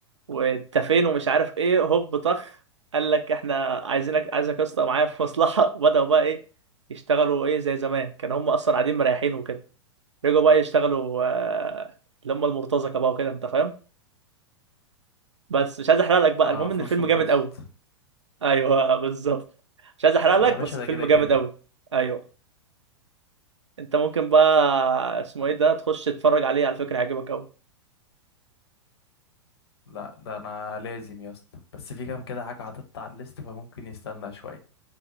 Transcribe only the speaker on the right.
وانت فين ومش عارف ايه هوب طخ قال لك احنا عايزينك عايزك يا اسطى معايا في مصلحه <laughs> وبداوا بقى ايه يشتغلوا ايه زي زمان كانوا هم اصلا قاعدين مريحين وكده رجعوا بقى يشتغلوا آه اللي هم المرتزقه بقى وكده انت فاهم بس مش عايز احرق لك بقى
المهم
ان الفيلم جامد
قوي ايوه <laughs> بالظبط مش عايز احرق لك
بس
الفيلم
جامد قوي ايوه انت ممكن بقى اسمه
ايه ده تخش تتفرج عليه على فكره هيعجبك قوي